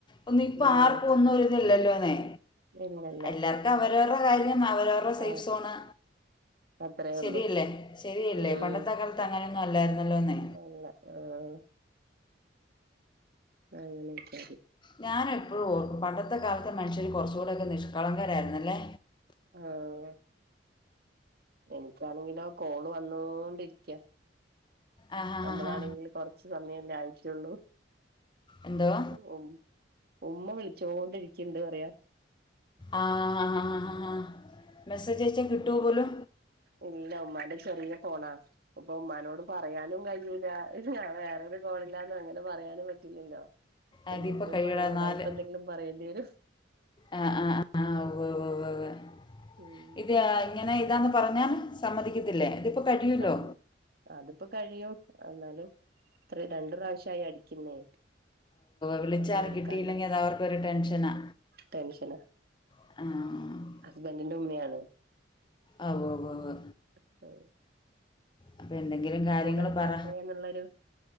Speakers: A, on the left; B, on the right.
A: ഒന്നും ഇപ്പ
B: ഉം
A: ആർക്കും ഒന്നും ഒരിതല്ലല്ലോന്നേ
B: ഇല്ലല്ല
A: എല്ലാർക്കും അവരോരുടെ കാര്യം അവരോ <unintelligible> സെയ്‌ഫ്
B: ആഹ്
A: സോണ്
B: അത്രേ
A: ശരിയല്ലേ
B: ഉള്ളൂ
A: ശരിയല്ലേ
B: ഉം
A: പണ്ടത്തെ കാല ത്ത് അങ്ങനൊന്നും അല്ലായിരുന്നല്ലോന്നേ
B: അല്ല ആഹ് അങ്ങനെയൊക്ക
A: ഞാനെപ്പഴും ഓർക്കും പണ്ടത്തെ കാലത്തെ മനുഷ്യര് കൊറച്ചൂടൊക്കെ നിഷ്കളങ്കരായിരുന്നല്ലേ
B: ആഹ് എനിക്കാണെങ്കിലോ കോള് വന്നോണ്ടിരിക്കാ
A: ആ ഹാ
B: നമ്മളാണെങ്കില്
A: ഹാ ഹാ
B: കൊർ ച്ച് സമയല്ലേ ആയിട്ട്ള്ളൂ.
A: എന്തുവാ
B: ഉ ഉം ഉമ്മ വിളിച്ചോണ്ടിരിക്ക്ണ്ട് പറയാ
A: ആഹ് മെസ്സേജയച്ചാ <unintelligible>
B: ഇല്ല ഉമ്മാന്റെ ചെറിയ ഫോണാ അപ്പൊ ഉമ്മാനോട് പറയാനും കഴിയൂല്ല. ഇത് ഞാൻ വേറൊരു കോളില്ലാന്ന് അങ്ങനെ പറയാനും പറ്റില്ലല്ലോ.
A: അതിപ്പോൾ
B: എന്തെങ്കിലും
A: കഴിയട
B: പറയാം ഉടായിപ്പെന്തെങ്കിലും
A: നാല്
B: പറയേണ്ടി വരും.
A: ആ ആ ആ <unintelligible>
B: ഉം
A: ഇത് ഏഹ് ഇങ്ങനെ ഇതാന്ന് പറഞ്ഞാ സമ്മതിക്കത്തില്ലേ കഴിയുമല്ലോ
B: സം അത്പ്പൊ കഴിയും എന്നാലും ത്രേ രണ്ടു പ്രാവശ്യായി അടിക്കുന്നേ
A: വിളിച്ച
B: അപ്പൊ നമ്മള്
A: ആളെ
B: എടുക്കാണ്ട
A: കിട്ടിയില്ലെങ്കി അത് അവർക്കൊരു ടെൻഷനാ.
B: ടെൻഷനാ
A: ആഹ്
B: ഹസ്ബന്റിന്റെ ഉമ്മിയാണ്.
A: ആഹ് വ്വ് വ്വ് വ്വ്
B: ആഹ്
A: അപ്പൊ എന്തെങ്കിലും കാര്യങ്ങള്
B: എടുക്കാത്തെ
A: പറ
B: എന്നുള്ളൊരു